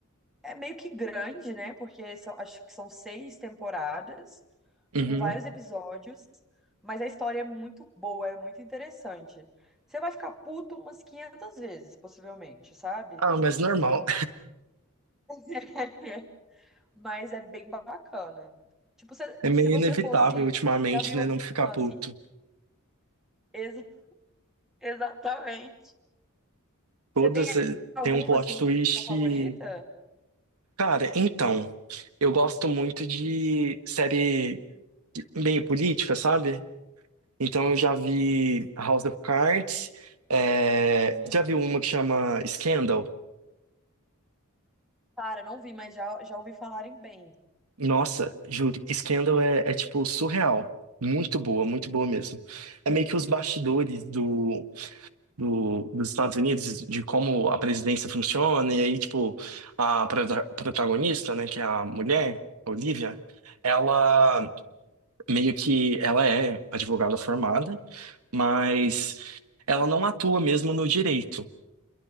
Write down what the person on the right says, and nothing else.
Uhum.
Ah, mas normal.
É meio
inevitável
ultimamente,
né?
Não ficar puto.
Todas
eh,
têm um plot
twist
que. Cara, então. Eu gosto muito de série meio política, sabe? Então eu já vi House of Cards. eh,
Já vi uma que chama Scandal.
Nossa, juro, Scandal é, é tipo surreal. Muito boa, muito boa mesmo. É meio que os bastidores do do- dos Estados Unidos, de como a presidência funciona, e aí, tipo, a prota- protagonista, né, que é a mulher, a Olivia, ela meio que, ela é advogada formada, mas
ela não atua mesmo no direito.